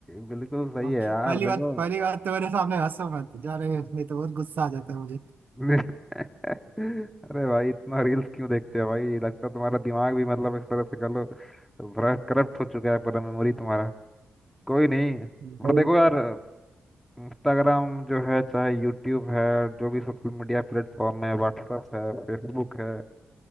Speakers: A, in the centre; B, on the right (about 60°).
A: बिल्कुल सही
B: हाँ,
A: है यार
B: पहली बात
A: देखो
B: पहली बात तो मेरे सामने हंसो मत जा रहे हैं नहीं तो बहुत गुस्सा आ जाता है मुझे
A: <laughs> अरे भाई इतना रील्स क्यों देखते हो भाई लगता है तुम्हारा दिमाग भी मतलब इस तरह से कर लो बड़ा करप्ट हो चुका है पूरा मेमोरी तुम्हारा कोई नहीं
B: भाई
A: पर देखो यार इंस्टाग्राम जो है चाहे यूट्यूब है जो भी सोशल मीडिया प्लेटफॉर्म है व्हाट्सएप है फेसबुक है